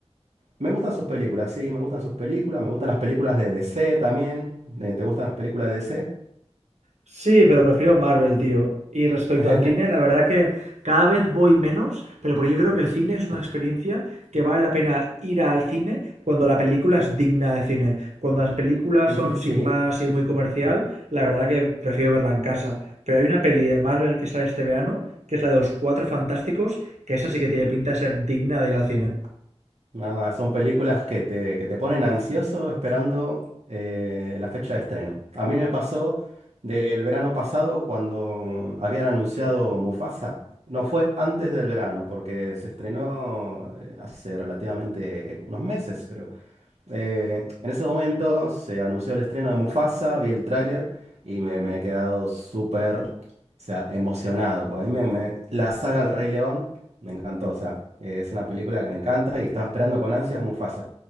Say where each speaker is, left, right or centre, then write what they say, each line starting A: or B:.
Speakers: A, on the right; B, on the right.
A: Me gustan sus películas, sí, me gustan sus películas, me gustan las películas de DC también. Eh, ¿te gustan las películas de DC?
B: Sí, pero prefiero Marvel, tío. Y respecto
A: <laughs>
B: al cine, la verdad que cada vez voy menos, pero porque yo creo que el cine es una experiencia que vale la pena ir al cine cuando la película es digna de cine. Cuando las películas
A: <laughs>
B: son
A: Sí.
B: sin más y muy comercial, la verdad que prefiero verla en casa. Pero hay una peli de Marvel que sale este verano, que es la de los Cuatro Fantásticos, que esa sí que tiene pinta de ser digna de ir al cine.
A: No, son películas que te, que te ponen ansioso esperando eh, la fecha de estreno. A mí me pasó del verano pasado cuando habían anunciado Mufasa. No fue antes del verano, porque se estrenó eh, hace relativamente unos meses, creo. Eh, en ese momento se anunció el estreno de Mufasa, vi el tráiler y me, me he quedado súper, o sea, emocionado. Pues a mí me, me- la saga El Rey León me encantó, o sea, eh, es una película que me encanta y estaba esperando con ansias Mufasa.